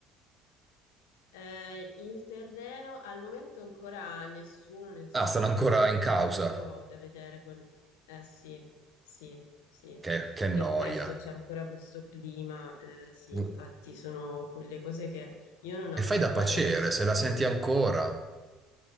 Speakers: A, on the left; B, on the right.
A: Eh, il terreno al momento ancora nessuno, nel senso
B: Ah, stanno ancora
A: che eh,
B: in causa.
A: è tutto da vedere con... eh, sì, sì, sì.
B: Che, che noia.
A: Per questo c'è ancora questo clima, eh, sì,
B: E
A: infatti sono quelle cose che io non auguro
B: fai da
A: mai
B: pacere,
A: a nessuno
B: se la senti
A: perché
B: ancora.